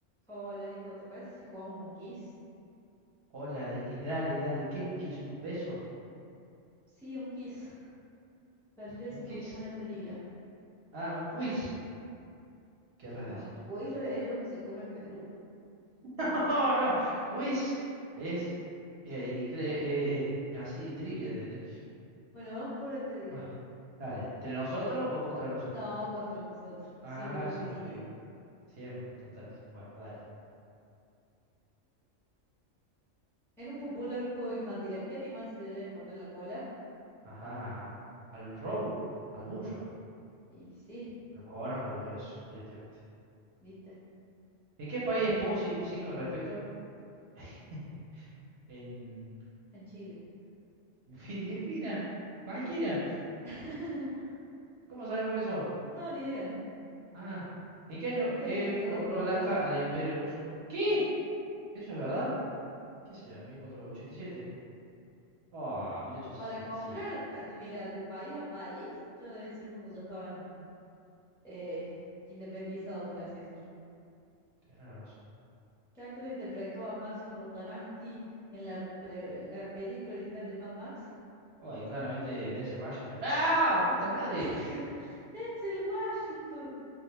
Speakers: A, in the centre; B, on the right.
A: Hola Nico, ¿te parece si jugamos un quiz?
B: Hola, Denis, dale, dale. ¿Qué es un kiss? ¿Un beso?
A: Sí, un quiz. Vendría
B: ¿Un
A: siendo
B: kiss?
A: como una trivia.
B: Ah, un quiz, querrás
A: No,
B: decir.
A: quiz lo es lo que se come en Perú.
B: <laughs> ¡Oh, no! Quiz es eh, en inglés eh, eh, así, trivia, ¿entendés?
A: Bueno, vamos con una trivia.
B: Bueno, dale. ¿Entre nosotros o contra nosotros?
A: No, contra nosotros.
B: Ah,
A: Siempre competitivo.
B: eso es muy bien. Siempre, total. Bueno, dale.
A: En un popular juego infantil, ¿a qué animal se le debe poner la cola?
B: Ajá, ajá, ajá. Al robo, al bullo.
A: Y sí,
B: No conozco yo eso, tristemente.
A: viste,
B: ¿En qué país es posi un signo de respeto? <laughs> ¿En
A: en Chile.
B: Filipinas? ¿Cualquiera?
A: <laughs>
B: ¿Cómo sabemos eso?
A: No, ni idea.
B: Ah, ¿en qué año
A: ¿En qué
B: EU
A: año Estados
B: compró
A: Unidos
B: Alaska
A: com-
B: al Imperio Ruso? ¿Qué? ¿Eso es verdad? ¿Qué sé yo? ¿En 1487? Oh, 1867.
A: Para comprar, ah, de- mira, de país a país, yo debe ser cuando ya estaban en- eh, independizado, por así decirlo.
B: Tenés razón.
A: ¿Qué actor interpretó a Max Rotanansky en la, pre- la película original de Mad Max?
B: Oh, y claramente Denzel Washington. ¡Ah! ¡Puta madre!
A: <laughs> Denzel Washington.